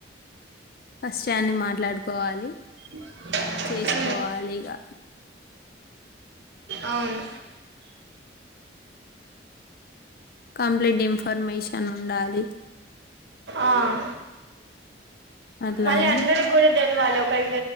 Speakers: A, on the left (about 50°); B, on the right (about 70°).
A: ఫస్ట్ అన్ని మాట్లాడుకోవాలి
B: అ
A: చేసుకోవాలి ఇక
B: అవును
A: కంప్లీట్ ఇన్ఫర్మేషన్ ఉండాలి
B: ఆ
A: అట్లా
B: మళ్ళీ
A: అని
B: అందరికి కూడా తెలివాలి ఒక